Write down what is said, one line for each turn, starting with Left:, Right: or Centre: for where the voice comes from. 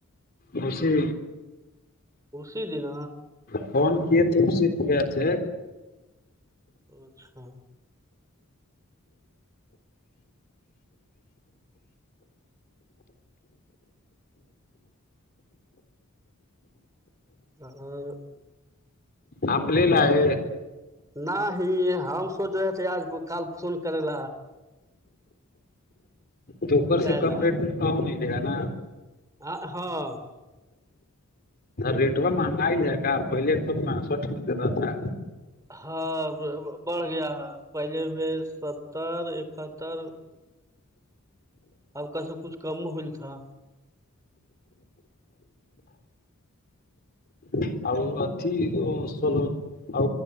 Left: خوشی
Right: خشی دن
Left: فون کیے تھے اسے گ تھے
Right: اچھا <unintelligible>
Left: اپ لے لائے
Right: ن ہی ہم سوچ رہے تھے آج کل فون کرے ل
Left: تو اوپر
Right: جائےلا
Left: سے کم ریٹ میں کہں نہیں لےگا نا
Right: آ ہاں
Left: ریٹو مہنگا ہی جائے گ پہلے تو پانسوٹھ د رہا تھا
Right: ہاں بڑھ گیا ہے پہلے ہوئے ستر اکہتر اب کا سب کچھ کم ہول تھا
Left: <unintelligible> ا